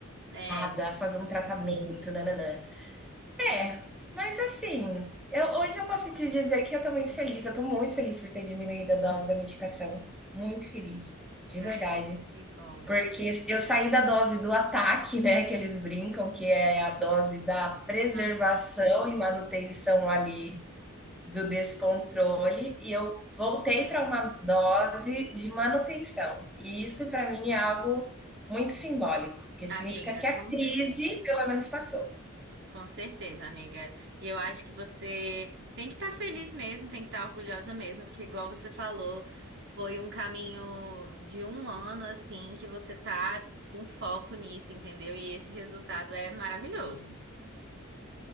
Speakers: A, on the right (about 55°); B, in the centre.
A: É.
B: a fazer um tratamento, nananã? É, mas assim, eu hoje eu posso te dizer que eu estou muito feliz, eu estou muito feliz por ter diminuído a dose da medicação, muito feliz, de
A: Ai,
B: verdade.
A: amiga, que bom.
B: Porque eu saí da dose do ataque, né, que eles brincam, que é a dose da preservação
A: Aham.
B: e manutenção ali do descontrole e eu voltei para uma dose de manutenção. E isso para mim é algo muito simbólico, porque
A: Amiga,
B: significa que a
A: como
B: crise
A: você.
B: pelo menos passou.
A: Com certeza, amiga. E eu acho que você tem que estar feliz mesmo, tem que estar orgulhosa mesmo, porque igual você falou, foi um caminho de um ano assim que você tá com foco nisso, entendeu? E esse resultado é maravilhoso.